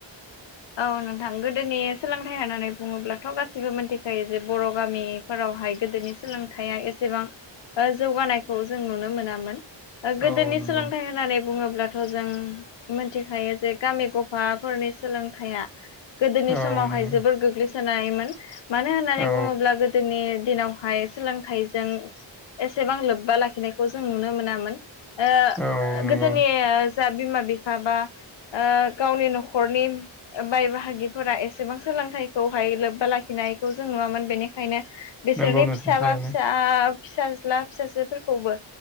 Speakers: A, on the left; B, in the centre.
A: औ नोंथां गोदोनि सोलोंथाइ होननानै बुङोब्लाथ' गासिबो मोनथिखायो जे बर' गामिफोराव हाय गोदोनि सोलोंथाइया एसेबां ओ जौगानायखौ जों नुनो मोनामोन। ओ गोदोनि
B: औ नंगौ
A: सोलोंथाइ होननानै बुङोब्लाथ' जों मोनथिखायो जे गामि गफाफोरनि सोलोंथाइया गोदोनि
B: औ
A: समावहाय
B: नंगौ
A: जोबोर गोग्लैसोनायमोन मानो होननानै
B: औ
A: बुङोब्ला गोदोनि दिनावहाय सोलोंथाइजों एसेबां लोब्बा लाखिनायखौ जों नुनो मोनामोन। ओ-ओ
B: औ नंगौ
A: गोदोनि ओ फोरा बिमा-बिफा बा ओ गावनि न'खरनि ओ बाय बाहागिफोरा एसेबां सोलोंथाइखौहाय लोब्बा लाखिनायखौ जों नुवामोन बेनिखायनो बिसोरनि
B: नंगौ नोंथां
A: फिसाबा
B: थारैनो
A: फिसा-फिसाज्ला फिसाजोफोरखौबो